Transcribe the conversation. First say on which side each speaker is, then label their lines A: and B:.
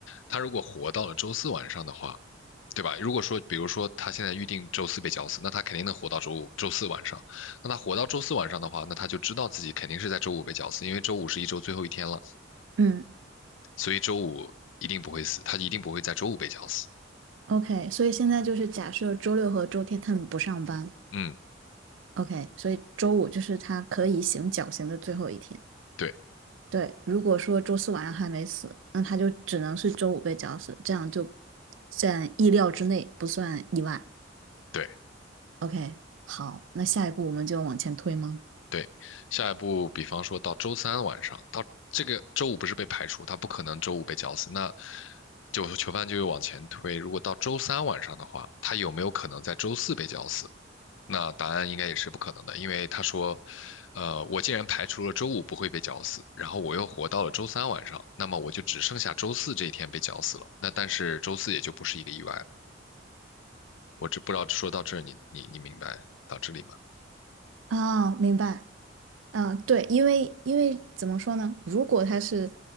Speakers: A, on the left; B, on the right.
A: 他如果活到了周四晚上的话。对吧？如果说，比如说他现在预定周四被绞死，那他肯定能活到周五、周四晚上。那他活到周四晚上的话，那他就知道自己肯定是在周五被绞死，因为周五是一周最后一天了，
B: 嗯
A: 所以周五一定不会死，他一定不会在周五被绞死。
B: ，OK，所以现在就是假设周六和周天他们不上班
A: 嗯，
B: ，OK，所以周五就是他可以行绞刑的最后一天。
A: 对
B: 对，如果说周四晚上还没死，那他就只能是周五被绞死，这样就在意料之内，不算意外。
A: 对
B: OK，好，那下一步我们就往前推吗？
A: 对。下一步，比方说到周三晚上，到这个周五不是被排除，他不可能周五被绞死，那就囚犯就又往前推。如果到周三晚上的话，他有没有可能在周四被绞死？那答案应该也是不可能的，因为他说，呃，我既然排除了周五不会被绞死，然后我又活到了周三晚上，那么我就只剩下周四这一天被绞死了。那但是周四也就不是一个意外了。我这不知道说到这儿你，你你你明白到这里吗？
B: 哦，明白。嗯，对，因为因为怎么说呢？如果他是